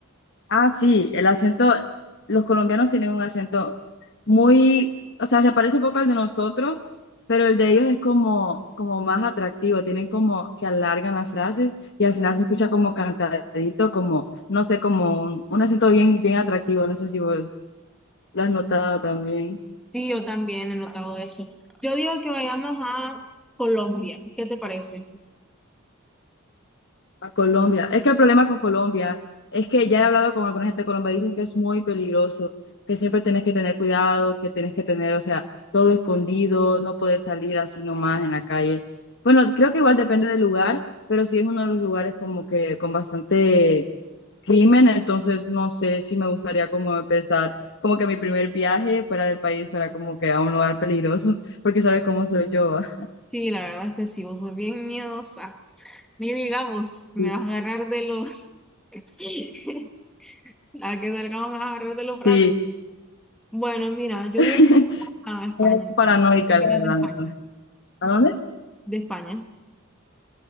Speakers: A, on the left; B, in the centre.
A: Ah, sí, el acento, los colombianos tienen un acento muy, o sea, se parece un poco al de nosotros, pero el de ellos es como, como más atractivo, tienen como que alargan las frases y al final se escucha como cantadito, como, no sé, como un, un acento bien, bien atractivo, no sé si vos lo has notado también.
B: Sí, yo también he notado eso. Yo digo que vayamos a Colombia. ¿Qué te parece?
A: A Colombia. Es que el problema con Colombia es que ya he hablado con alguna gente de Colombia, dicen que es muy peligroso, que siempre tienes que tener cuidado, que tienes que tener, o sea, todo escondido, no puedes salir así nomás en la calle. Bueno, creo que igual depende del lugar, pero sí es uno de los lugares como que con bastante crimen, entonces no sé si me gustaría como empezar, como que mi primer viaje fuera del país fuera como que a un lugar peligroso, porque sabes cómo soy yo. ¿va?
B: Sí, la verdad es que sí, vos sos bien miedosa. Ni digamos, me
A: Sí,
B: vas a agarrar de los... <laughs> A que salgamos me vas a agarrar de los brazos.
A: Sí,
B: Bueno, mira, yo
A: <laughs>
B: digo a España
A: soy
B: entonces.
A: paranoica,
B: ¿Qué opinas
A: la verdad,
B: de España?
A: entonces. ¿A dónde?
B: De España.